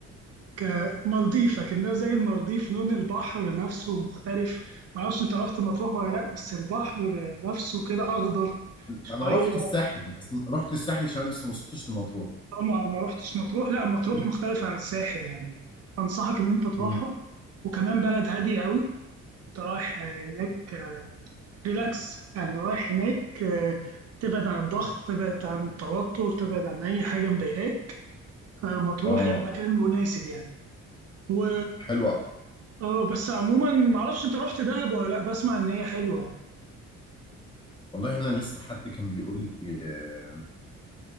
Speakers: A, on the right; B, on the left.
A: كمالديف كأنها زي المالديف لون البحر نفسه مختلف ما اعرفش انت رحت مطروح ولا لا بس البحر نفسه كده اخضر شويه
B: انا رحت الساحل بس رحت الساحل الشمالي لسه ما وصلتش لمطروح
A: طبعا ما رحتش مطروح لا مطروح مختلف عن الساحل يعني انصحك ان انت تروحها
B: امم
A: وكمان بلد هاديه قوي انت رايح آه، هناك ريلاكس يعني رايح هناك آه، تبعد عن الضغط تبعد عن التوتر تبعد عن أي حاجة مضايقاك فلما تروح
B: اه
A: هي المكان المناسب يعني و
B: حلوة أوي.
A: اه بس عموما معرفش انت رحت دهب ولا لا بسمع ان هي حلوة يعني
B: والله انا لسه حد كان بيقول لي آه،